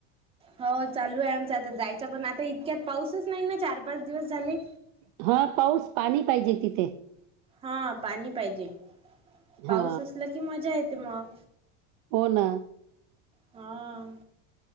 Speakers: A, on the right; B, on the right.
A: हो चालू आहे आमच आता जायच पण आता इतक्यात पाऊसच नाही ना चार पाच दिवस झाले
B: हा पाऊस पाणी पाहिजे तिथे
A: हा पाणी पाहिजे पाऊस
B: हा
A: असला की मजा येते मग
B: हो ना
A: हा